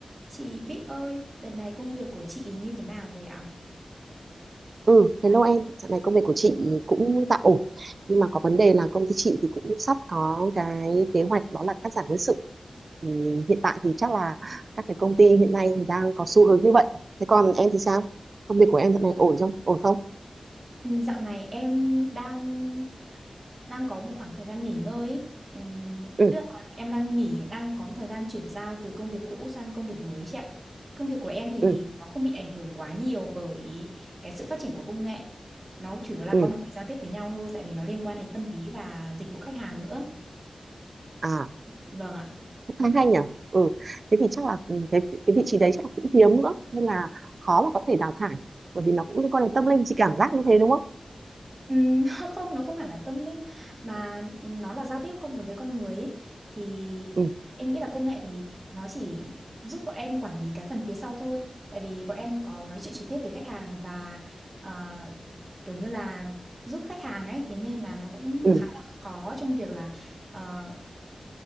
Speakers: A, on the right; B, on the right.
A: Chị Bích ơi, đợt này công việc của chị ý như thế nào rồi ạ?
B: Ừ, hello em, dạo này công việc của chị cũng tạm ổn nhưng mà có vấn đề là công ty chị thì cũng sắp có cái kế hoạch đó là cắt giảm nhân sự thì hiện tại thì chắc là các cái công ty hiện nay thì đang có xu hướng như vậy thế còn em thì sao? Công việc của em dạo này ổn không? Ổn không?
A: Ừ, dạo này em đang đang có một khoảng thời gian nghỉ ngơi ấy. Ừm,
B: Ừ,
A: tức là em đang nghỉ, đang có một thời gian chuyển giao từ công việc cũ sang công việc mới chị ạ. Công việc của em thì
B: ừ,
A: nó không bị ảnh hưởng quá nhiều bởi cái sự phát triển của công nghệ. Nó chủ yếu là
B: ừ
A: con người giao tiếp với nhau thôi, tại vì nó liên quan đến tâm lý và dịch vụ khách hàng nữa.
B: à,
A: Vâng ạ.
B: thế khá hay nhỉ ừ, thế thì chắc là ừ, cái cái vị trí đấy chắc là cũng hiếm nữa nên là khó mà có thể đào thải bởi vì nó cũng liên quan đến tâm linh chị cảm giác như thế đúng không?
A: Ừm, <laughs> không nó không hẳn là tâm linh mà nó là giao tiếp con người với con người ấy. Thì
B: Ừ,
A: em nghĩ là công nghệ thì nó chỉ giúp bọn em quản lý cái phần phía sau thôi tại vì bọn em có nói chuyện trực tiếp với khách hàng và ờ, kiểu như là giúp khách hàng ấy thế nên là nó cũng
B: ừ,
A: khá là khó trong việc là ờ,